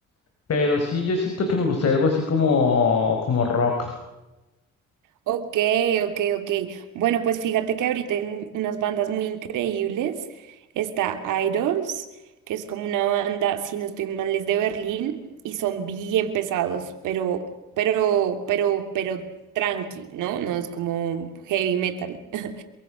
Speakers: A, on the left; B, on the right.
A: Pero sí, yo siento que me gustaría algo así como, como rock.
B: Ok, ok, ok. Bueno, pues fíjate que ahorita hay un- unas bandas muy increíbles. Está Idols, que es como una banda, si no estoy mal, es de Berlín y son bien pesados, pero, pero, pero, pero tranqui, ¿no? No es como heavy metal. <laughs>